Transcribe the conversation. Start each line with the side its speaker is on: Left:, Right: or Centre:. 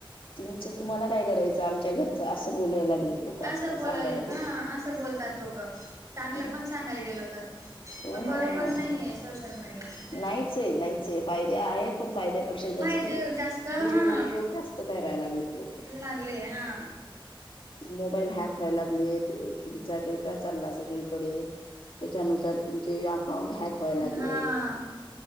Left: तुमच तुम्हाला काय करायच आमच्या घरं असं बोलायला लागलेत लोकं आजकाल
Right: असं बोलाल
Left: सांगायला
Right: हं
Left: गेलं.
Right: असं बोलतात लोक चांगलं
Left: हं.
Right: पण सांगायला गेलो तर
Left: हो
Right: पण
Left: ना
Right: बरोबर
Left: हो ना हो
Right: नाही
Left: ना
Right: आहे सोशल मीडिया
Left: नाहीच आहे नाहीच आहे फायदे आहेत पण फायद्यापेक्षा
Right: फायदे
Left: जास्त
Right: जास्त हा
Left: दुरुपयोग जास्त करायला लागलेत लोक
Right: लागले हा
Left: मोबाईल हॅक होयलाग तुमचा डेटा चालला सगळी कडे तेच्या नुसार तुमचे <unintelligible> अकाउंट हॅक व्हायलागलेत
Right: हा